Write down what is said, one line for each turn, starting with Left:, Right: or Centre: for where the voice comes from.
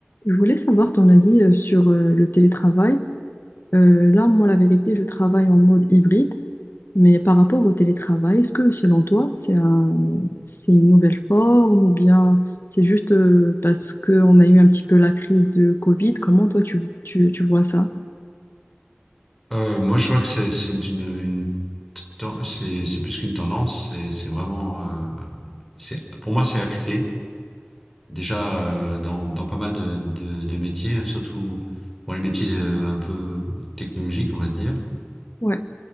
Left: Je voulais savoir ton avis euh, sur euh, le télétravail. Euh, là, moi, la vérité, je travaille en mode hybride, mais par rapport au télétravail, est-ce que selon toi, c'est un- c'est une nouvelle forme ou bien c'est juste euh, parce qu'on a eu un petit peu la crise de Covid? Comment toi, tu, tu, tu vois ça?
Centre: Euh, moi, je vois que c'est c'est une, une ten- c'est c'est plus qu'une tendance. C'est c'est vraiment, euh, c'est pour moi, c'est acté déjà euh, dans, dans pas mal de, de, de métiers, hein, surtout pour les métiers euh, un peu technologiques, on va dire.
Left: Ouais,